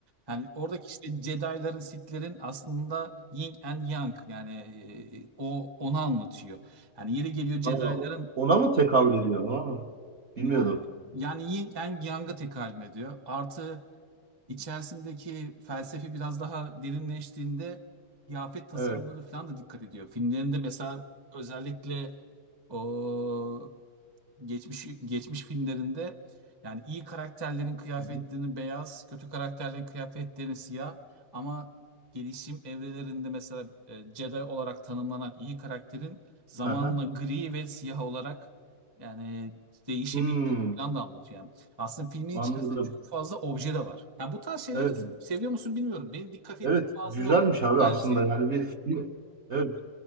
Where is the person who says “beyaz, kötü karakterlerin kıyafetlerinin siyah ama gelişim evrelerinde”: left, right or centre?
Right